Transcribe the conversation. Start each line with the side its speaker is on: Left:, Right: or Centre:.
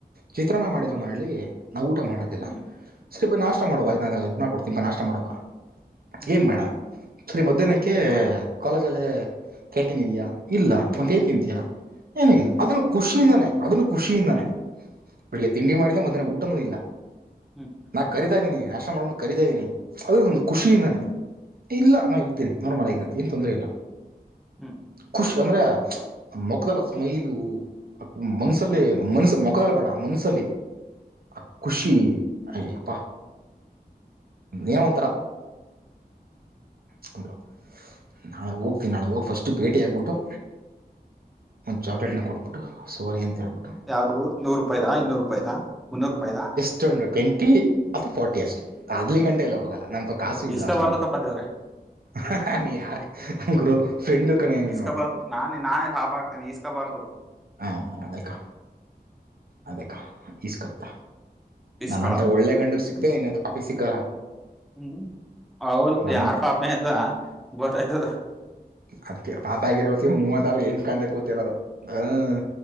Right: ಚಿತ್ರನ್ನ ಮಾಡಿದ್ರು
Centre: ಹ್ಮ್
Right: ಮನೇಲಿ ನಾ ಊಟ ಮಾಡದಿಲ್ಲ.
Centre: ಹ್ಮ್ ಹ್ಮ್
Right: ಸರಿ ಬಾ ನಾಷ್ಟ ಮಾಡು ಬಾ ನಾ ಇದ್ ಮಾಡ್ಕೊಡ್ತೀನ್ ಬಾ ನಾಷ್ಟ ಮಾಡು ಬಾ
Centre: ಹ್ಮ್
Right: ಏನ್ ಬೇಡ. ಸರಿ ಮಧ್ಯಾಹ್ನಕ್ಕೆ ಕಾಲೇಜ್ ಅಲ್ಲೇ ಕ್ಯಾಂಟೀನ್ ಇದಿಯಾ ಇಲ್ಲ ಮ ತಿಂತಯ ಏನು ಇಲ್ಲ
Centre: ಹ್ಮ್
Right: ಅದನ್ನು
Centre: ಹ್ಮ್
Right: ಖುಷಿಯಿಂದಾನೇ. ಅದನ್ನು ಖುಷಿಯಿಂದಾನೆ
Centre: ಹ್ಮ್
Right: ಬೆಳಗ್ಗೆ ತಿಂಡಿ ಮಾಡಿಲ್ಲ ಮಧ್ಯಾಹ್ನಕ್ ಊಟನೂ ಇಲ್ಲ.
Centre: ಹ್ಮ್
Right: ನಾನ ಕರಿತಾ ಇದ್ದೀನಿ ನಾಷ್ಟ ಮಾಡ್ಬು ಕರಿತಾ ಇದೀನಿ ಅದದು ಒಂದು ಖುಷಿಯಿಂದಾನೇ ಇಲ್ಲ ನಾ ಇರ್ತಿನಿ. ನೋರ್ ಮಳೆಗರತಿ ಏನ್ ತೊಂದ್ರೆ ಇಲ್ಲ
Centre: ಹ್ಮ್ ಹ್ಮ್
Right: ಖುಷಿ ಅಂದ್ರೆ ಮೊಖ್ದಲ್ಲ್ ಆ ಸ್ಮೈಲು. ಮನ್ಸಲ್ಲಿ ಮನ್ಸ ಮೊಕದಲ್ ಬೇಡ ಮನ್ಸಲ್ಲಿ ಆ ಖುಷಿ ಹಯ್ಯಪ್ಪಾ ಏನೋ ಒಂಥರ.
Centre: <inaudible>
Right: ಹಟ ನಾಳೆ ಹೋಗ್ತೀನಿ ನಾಳೆ ಹೋಗಿ ಫಸ್ಟ್ ಭೇಟಿ ಆಗ್ಬಿಟ್ಟು ಒಂದು ಚಾಕ್ಲಲೆಟ್ನ ಕೊಟ್ಬುಟ್ಟು ಸೋರಿ ಅಂತ ಹೇಳ್ಬಿಟ್ಟು
Centre: ಯಾವ್ದು ನೂರು ರೂಪಾಯಿದಾ ಇನ್ನೂರು ರೂಪಾಯಿದಾ ಮುನ್ನೂರು ರೂಪಾಯಿದಾ.
Right: ಅಷ್ಟೊಂದು ಟ್ವೆಂಟಿ ಅಥವಾ ಫೋರ್ಟಿ ಅಷ್ಟೆ ಅದಲಿ ಗಂಟೆ ಎಲ್ಲ ಹೋಗಲ್ಲ ನಂತವ್ ಕಾಸು ಇಲ್ಲ
Centre: ಇಸ್ಕೋಬಾರ್ದು
Right: ಅಷ್ಟೊಂದು.
Centre: ಕಪ್ಪ ದೇವ್ರೆ
Right: ಹ ಹ ಹ ನೀ ಯಾರ್ ಗುರು ಫ್ರೆಂಡು ಕನಯ್ಯ ನೀನು.
Centre: ಇಸ್ಕೋಬಾರ್ದು ನಾನೇ ನಾನೇ ಸಾಪಾಕ್ತೇನೆ ಈಸ್ಕಬಾರ್ದು.
Right: ಹಾ ಅದಕ್ಕ ಅದಕ್ಕ ಈಸ್ಕತ್ತ.
Centre: ಇಸ್ಕಳಲ್ಲ
Right: ನನ್ನಂತ ಒಳ್ಳೆ ಗಂಡಗ್ ಸಿಕ್ದೆ ಇನಂತ ಪಾಪಿಗ್ ಸಿಕ್ಕಾ.
Centre: ಹ್ಮ್ ಹೌದು
Right: ನಾನಂತ
Centre: ಯಾರ್ ಪಾಪ ಅಂತ ಗೊತ್ತಾಯ್ತದೆ.
Right: ಅದ್ಕೆ ಪಾಪಿ ಆಗಿರ ಹೊತ್ತಿಗೆ ಮೂವತ್ತಾರ ಎಣ್ ಕಾಣದೆ ಕೂತಿರೋದು ಹ್ಮ್.